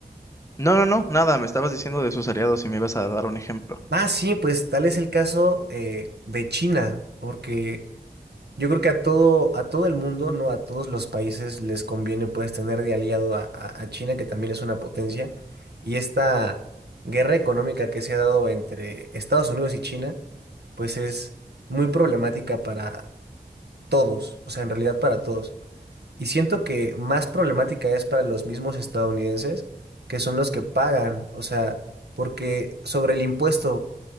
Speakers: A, on the left; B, on the right.
A: no, no, no, nada, me estabas diciendo de sus aliados y me ibas a dar un ejemplo.
B: Ah, sí, pues tal es el caso eh, de China, porque yo creo que a todo, a todo el mundo, ¿no? A todos los países les conviene pues tener de aliado a, a- a China, que también es una potencia, y esta guerra económica que se ha dado entre Estados Unidos y China, pues es muy problemática para todos, o sea, en realidad para todos. Y siento que más problemática es para los mismos estadounidenses, que son los que pagan, o sea, porque sobre el impuesto,